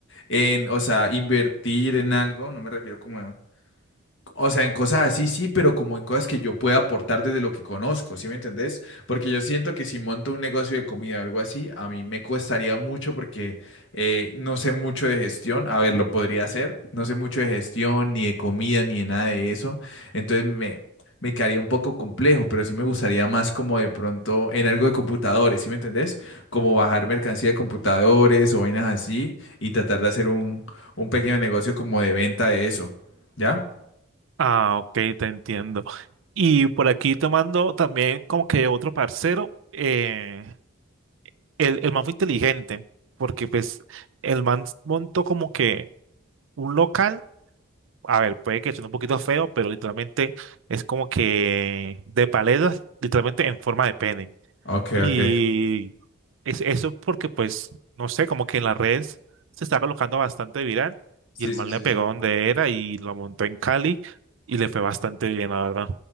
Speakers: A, on the left (about 60°); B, on the right (about 60°).
A: en, o sea, invertir en algo, no me refiero como a o sea, en cosas así sí, pero como en cosas que yo pueda aportar desde lo que conozco, ¿sí me entendés? Porque yo siento que si monto un negocio de comida o algo así, a mí me costaría mucho porque eh, no sé mucho de gestión. A ver, lo podría hacer. No sé mucho de gestión, ni de comida, ni de nada de eso. Entonces me, me quedaría un poco complejo, pero sí me gustaría más como de pronto en algo de computadores, ¿sí me entendés? Como bajar mercancía de computadores o vainas así y tratar de hacer un, un pequeño negocio como de venta de eso. ¿Ya?
B: Ah, ok, te entiendo. Y por aquí tomando también como que otro parcero, eh, el, el man fue inteligente, porque pues el man montó como que un local, a ver, puede que suene un poquito feo, pero literalmente es como que de paletas, literalmente en forma de pene.
A: Ok, ok.
B: Y es eso porque pues, no sé, como que en las redes se está colocando bastante viral
A: Sí,
B: y el
A: sí,
B: man
A: sí,
B: le pegó
A: sí.
B: donde era y lo montó en Cali y le fue bastante bien, la verdad.